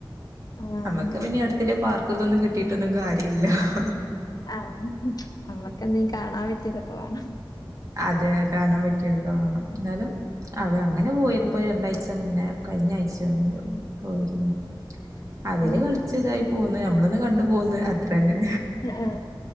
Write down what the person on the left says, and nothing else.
ആഹ്
ആ ഞമ്മക്ക് എന്തെങ്കിലും കാണാൻ പറ്റിയതൊക്കെ വേണം
ഉം
ഉം
ഉം
ആഹ